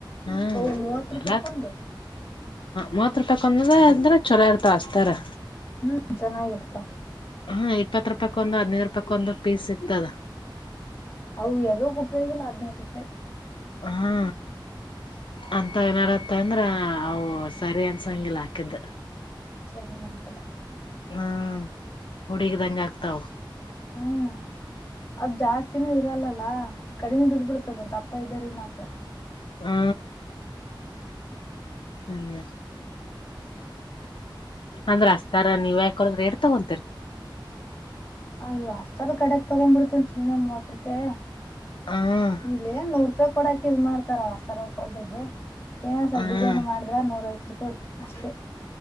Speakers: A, on the left; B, on the left.
A: ಹ್ಮ
B: ಅವು ಮೂವತ್ ರೂಪಾಯಕ್
A: ಎಲ್ಲ
B: ಒಂದು
A: ಮೂವತ್ ರೂಪಾಯ ಕೊಂದ ವ ಅಂದ್ರ ಚಲೋ ಇರ್ತಾ ಹಸ್ತಾರೆ
B: ಹ್ಮ್ ಚೆನ್ನಾಗಿರ್ತ
A: ಹಾ ಇಪ್ಪತ್ ರೂಪಾಯಿ ಕೊಂದು ಹದ್ನೈದು ರೂಪಾಯಕ್ ಒಂದು ಪೀಸ್ ಸಿಗ್ತದ
B: ಅವು ಎದುಕು ಉಪಯೋಗ ಇಲ್ಲ <unintelligible>
A: ಹ್ಮ ಅಂತ ಏನಾರು ತಂದ್ರಾ ಅವು ಸರಿ ಅನ್ಸಂಗಿಲ್ಲ ಹಾಕಿದ್ದ
B: ಸರಿ ಕನ್ಸಲ
A: ಹ್ಮ ಹುಡಿಗ್ದಂ ಆಗ್ತಾವ
B: ಹ್ಮ್ ಅದು ಜಾಸ್ತಿನೂ ಇರಲ್ಲಲ್ಲ ಕಡಿಮೆ ಬಿದ್ ಬಿಡ್ತದ ದಪ್ಪ ಇದಾರೆ ಮಾತ್ರ ತ್ತ
A: ಹ್ಮ ಹಾಗ ಅಂದ್ರ ಅಸ್ತಾರ ನೀವ್ ಯಾಕಕೊಳದ್ರೆ ರೇಟ್ ತಗೊಂತರಿ
B: ಅಲ್ವಾ ಅಷ್ಟಾರ ಕಡೆಗ್ ತಗೊಂಡ್ಬಿಡ್ತವಿ ಸುಮ್ನೆ ಮೂವತ್ ರೂಪಾಯಿ
A: ಹ್ಮ್
B: ಇಲ್ಲಿ ಎನ್ ನೋರ್ ಕೊಡಾಕ ಇದ್ ಮಾಡ್ತಾರ ಸರ ಹೊಲ್ತಿದ್ದು ಏನೋ ಸ್ವಲ್
A: ಹ್ಮ್
B: ಡಿಸೈನ್ ಮಾಡಿದ್ರಾ ನೂರ್ ಐವತ್ತು ಅಷ್ಟೇ